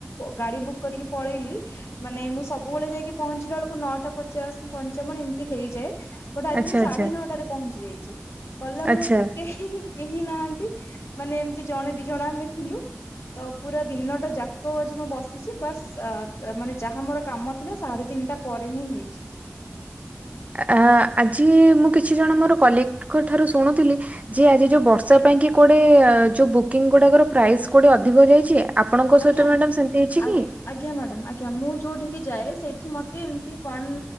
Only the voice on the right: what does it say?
ଆଚ୍ଛା
ଆଚ୍ଛା
ଆଚ୍ଛା
ଆ ଆଜି ମୁଁ କିଛି ଜଣ ମୋର କଲିକଙ୍କ ଠାରୁ ଶୁଣୁଥିଲି ଯେ ଆଜି ଯୋଉ ବର ର୍ଷା ପାଇଁ କି କୁଆଡେ଼ ଯୋଉ ବୁକିଂ ଗୁଡାକର ପ୍ରାଇସ୍ କୋଉଠି ଅଧିକ ଯାଇଚି। ଆପଣଙ୍କ
ସହିତ ମ୍ୟାଡାମ ସେମିତି ହେଇଛି
କି?